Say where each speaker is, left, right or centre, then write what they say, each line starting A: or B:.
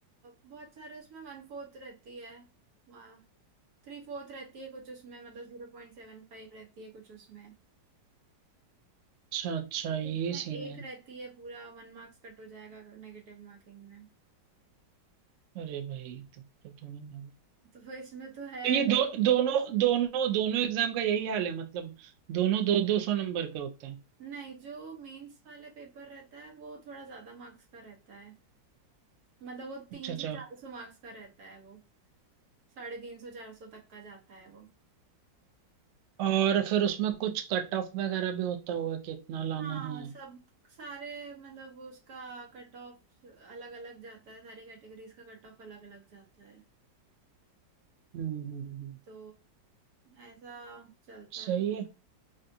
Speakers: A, on the right; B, on the right.
A: बहुत सारे उसमें वन फोर्थ रहती है वहाँ थ्री फोर्थ रहती है कुछ उसमें मतलब जीरो पॉइंट सेवन फाइव रहती है कुछ उसमें
B: अच्छा अच्छा ये
A: कुछ में
B: सीन
A: एक
B: है
A: रहती है पूरा वन मार्क्स कट हो जाएगा नेगेटिव मार्किंग में
B: अरे भाई तो, तो थोड़ी ना-
A: तो फिर इसमें तो है
B: तो ये दो दोनों दोनों दोनों एग्जाम का यही हाल है मतलब दोनों दो दो सौ नंबर के होते हैं
A: नहीं जो मेंस वाले पेपर रहता है वो थोड़ा ज्यादा मार्क्स का रहता है मतलब वो
B: अच्छा
A: तीन
B: अच्छा
A: सौ चार सौ मार्क्स का रहता है वो साढ़े तीन सौ चार सौ तक का जाता है वो
B: और फिर उसमें कुछ कट ऑफ वगैरह भी होता होगा कि इतना लाना
A: हाँ
B: है
A: सब सारे मतलब वो उसका कट ऑफ अलग अलग जाता है सारी कैटेगरीज का कट ऑफ अलग अलग जाता है
B: हम्म हम्म हम्म।
A: तो ऐसा चलता
B: सही
A: है तो,
B: है